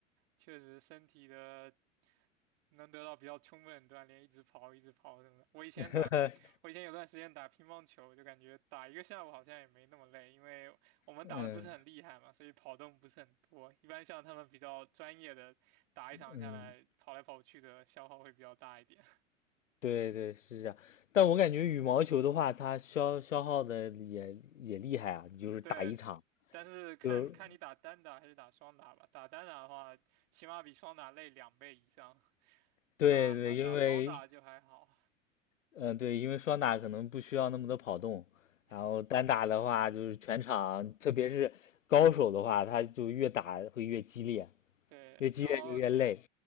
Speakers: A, on the right; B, on the left.
A: 确实身体的。能得到比较充分的锻炼，一直跑，一直跑什么的。我以前打，
B: <laughs>
A: 我以前有段时间打乒乓球，就感觉打一个下午好像也没那么累，因为我们打的不是很厉害嘛，
B: 嗯
A: 所以跑动不是很多。一般像他们比较专业的，打一场下来跑来跑去的消耗会比较大一点。
B: 嗯，
A: <laughs>
B: 对对是这样，但我感觉羽毛球的话，它消消耗的也也厉害啊，就是打一场，
A: 对，但是看看你打单打还是打双打吧。
B: 就是
A: 打单打的话，起码比双打累两倍以上，
B: 对对，
A: 打打双打就还好。
B: 因为，嗯、呃对，因为双打可能不需要那么多跑动，
A: 嗯，
B: 然后单打的话就是全场，特别是高手的话，他就越打会越激烈，
A: 对，
B: 越激烈就越累。
A: 然后。